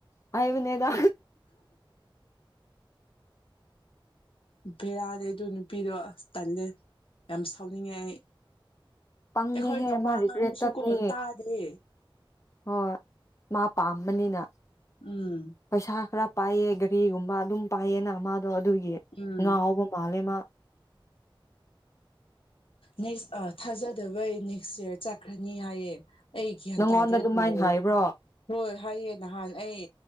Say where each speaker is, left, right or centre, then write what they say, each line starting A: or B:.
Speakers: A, on the left; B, on the left.
A: ꯍꯥꯏꯕꯅꯦꯗ
B: ꯕꯦꯔꯥꯅꯦ ꯑꯗꯨ ꯅꯨꯄꯤꯗꯣ ꯑꯁ ꯇꯜꯂꯦ ꯌꯥꯝ ꯁꯥꯎꯅꯤꯡꯉꯦ ꯑꯩ꯫
A: ꯄꯪꯉꯦꯍꯦ
B: ꯑꯩꯈꯣꯏꯅ ꯋꯥ
A: ꯃꯥ ꯔꯤꯒ꯭ꯔꯦꯠ
B: ꯉꯥꯡꯕꯁꯨꯀꯣ
A: ꯆꯠꯅꯤ
B: ꯇꯥꯗꯦ
A: ꯍꯣꯏ ꯃꯥ ꯄꯥꯝꯕꯅꯤꯅ꯫
B: ꯎꯝ
A: ꯄꯩꯁꯥ ꯈꯔ꯫ ꯄꯥꯏꯑꯦ ꯒꯥꯔꯤꯒꯨꯝꯕ ꯑꯗꯨꯝ ꯄꯥꯏꯑꯦꯅ ꯃꯥ ꯑꯗꯣ ꯑꯗꯨꯒꯤ
B: ꯎꯝ
A: ꯉꯥꯎꯕ ꯃꯥꯜꯂꯦ ꯃꯥ꯫
B: ꯅꯦꯛꯁ ꯊꯥꯖꯗꯕꯩ ꯅꯦꯛꯁ ꯌ꯭ꯔ ꯆꯠꯈ꯭ꯔꯅꯤ ꯍꯥꯏꯌꯦ ꯑꯩ ꯒ꯭ꯌꯥꯟ
A: ꯅꯪꯉꯣꯟꯗ
B: ꯇꯥꯗꯦ
A: ꯑꯗꯨꯃꯥꯏꯅ
B: ꯑꯗꯨ
A: ꯍꯥꯏꯕ꯭ꯔꯣ ꯑꯣ
B: ꯍꯣꯏ ꯍꯥꯏꯌꯦ ꯅꯍꯥꯟ ꯑꯩ